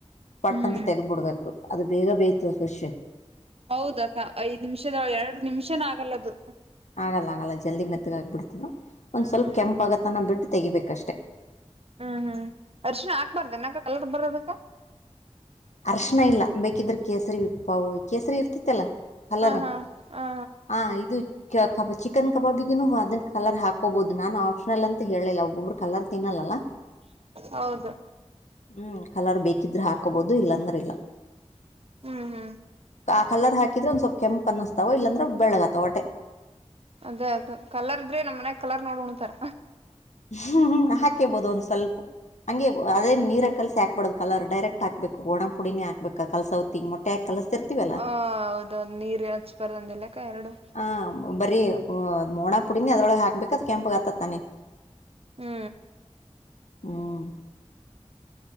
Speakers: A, on the left; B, on the right.
A: ಪಟ್
B: ಹ್ಮ್
A: ಅಂತ ತೆೆಗೆ ಬಿಡ್ಬೇಕು ಅದು ಬೇಗ ಬೇಯ್ತದೆ ಫಿಶ್.
B: ಹೌದಕ್ಕ ಐದ್ ನಿಮಿಷದ ಎರಡು ನಿಮಿಷನ ಆಗಲ್ಲದು.
A: ಆಗಲ್ಲ ಆಗಲ್ಲ ಜಲ್ದಿ ಮೆತ್ತಗಾಬಿಡ್ತದೆ. ಒಂದ್
B: ಹ್ಮ್
A: ಸ್ವಲ್ಪ ಕೆಂಪಗತನ ಬಿಟ್ಟು ತೆಗಿಬೇಕಷ್ಟೆ.
B: ಹ್ಮ್ ಹ್ಮ್ ಅರ್ಶಿಣ ಹಾಕ್ಬಾರ್ದ ನನಾಗ ಕಲರ್ ಬರೋದ.
A: ಹರೀಶಣ ಇಲ್ಲ ಬೇಕಿದ್ರ ಕೇಸರಿ ವಿಪ್ಪ ಕೇಸರಿ ಇರ್ತಿತ್ತಲ್ಲಾ. ಕಲರ್
B: ಹ ಹಾ ಹಾ
A: ಹ ಇದು. ಕಬಾ ಚಿಕನ್ ಕಬಾಬಿಗುನು ಅದನ್ನ ಕಲರ್ ಹಾಕೋಬಹುದು ನಾನನ್ ಆಪ್ಷನಲ್ ಅಂತ ಹೇಳಿಲ್ಲ ಒಬ್ಬೊಬ್ರು. ಕಲರ್ ತಿನ್ನಲ್ಲಲ್ಲ
B: ಹೌದು
A: ಹ್ಮ್ ಕಲರ್ ಬೇಕಿದ್ರೆ ಹಾಕೋಬಹುದು. ಅದು ಇಲ್ಲಾಂದ್ರ ಇಲ್ಲ.
B: ಹ್ಮ್ ಹ್ಮ್.
A: ಆ ಕಲರ್ ಹಾಕಿದ್ರೆ ಒಂದ್ವಲ್ ಕೆಪ ಅನಸ್ತಾವ ಇಲ್ಲಂದ್ರ ಬೆಳಗತಾವ ಹೊಟೆ.
B: ಅದೇ ಅ ಕಲರ್ ದ್ರೆ ನಮ್ಮ್ ಮನೆಗ ಕಲರ್ ನೋಡ್ ಉಣತರ.
A: ಹ್ಮ್ ಹಾಕೇಬೋದು ಒಂದ್ ಸ್ವಲ್ಪ ಹಂಗೇ ಅದೇ. ನೀರ ಕಲ್ಸ ಹಾಕ್ಬಡ್ದ ಕಲರ್ ಡರೆಕ್ಟ್ ಹಾಕ್ಬೇಕು ಒಣ ಪುಡಿನೇ ಹಾಕ್ಬೇಕ ಕಸವಿಂಗಟ್ಟ. ಕಲಸ್ತಿರ್ತವಲ್ಲ
B: ಆ ಹೌದೌದು ನೀರ್ ಹಚ್ಬಾರ್ದಂದಿಲ್ಲಕ್ಕ ಎರಡು
A: ಹ ಬರಿ. ಹಓಹ್ಣ ಪುಡಿನಿ ಅದ್ರೊಳಗೆ ಹಾಕ್ಬೇಕಕ್ ಅ್ ಕೆಂಪಗ್ ಆತ್ ತಾನೆ.
B: ಹ್ಮ್
A: ಹ್ಮ.